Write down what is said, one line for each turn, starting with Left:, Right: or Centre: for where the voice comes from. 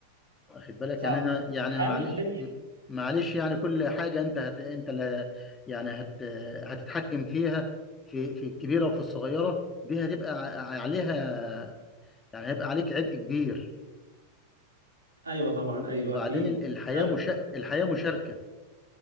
Left: واخد بالك
Right: صح
Left: يعني انا يعني
Right: الحياة
Left: معلش
Right: مش هتمشي
Left: معلش يعني كل حاجه انت هت انت اللي يعني هت هتتحكم فيها في في الكبيره وفي الصغيره دي هتبقى ع- عليها يعني هيبقى عليك عبء كبير
Right: ايوه طبعا
Left: و-
Right: ايوه
Left: وبعدين
Right: اكيد
Left: ال- الحياه
Right: أو-
Left: مش الحياه مشاركه